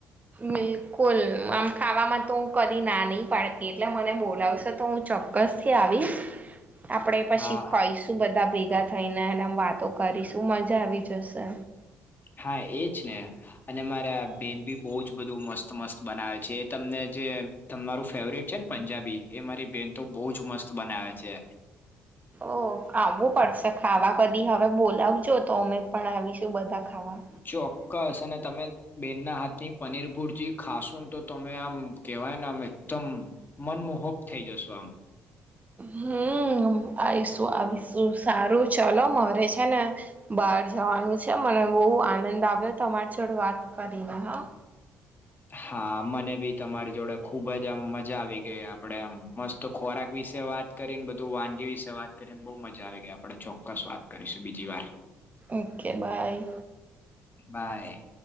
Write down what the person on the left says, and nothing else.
હા
હા એજ ને અને મારા બેન ભી બો જ બધું મસ્ત મસ્ત બનાવે છે એ તમને જે તમારું ફેવરેટ છે ને પંજાબી એ મારી બેહેન તો બહુજ મસ્ત બનાવે છે.
ચોક્કસ અને તમે બેન ના હાથ ની પનીર ભુરજી ખાશુ ને તો તમે આમ કેવાય ને આમ એકદમ મનમોહક થઈ જશો આમ
હા મને બી તમારી જોડે ખુબ જ આમ મજા આવી ગઈ આપડે આમ મસ્ત ખોરાક વિશે વાત કરીને બધું વાનગી વિશે વાત કરીને બહુ મજા આવી ગઈ આપણે ચોક્કસ વાત કરીશું બીજી વાર.
bye